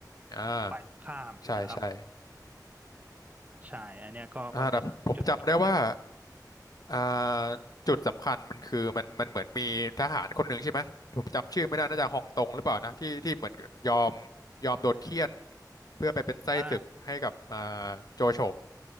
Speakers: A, on the left (about 60°); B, on the right (about 20°).
A: อ่า
B: ฝ่ายตรงข้ามนะครับ
A: ใช่ใช่
B: ใช่อันเนี้ยก็ก็เป็นจุดพลิกผัน
A: อ่าแต่ผมจำได้ว่า อ่าจุดสำคัญมันคือมันมันเหมือนมีทหารคนหนึ่งใช่ไหมผมจำชื่อไม่ได้น่าจะฮองตงหรือเปล่านะที่ที่เหมือนยอมยอมโดนเฆี่ยนเพื่อไปเป็นไส้ศึกให้กับอ่าโจโฉ
B: อ่า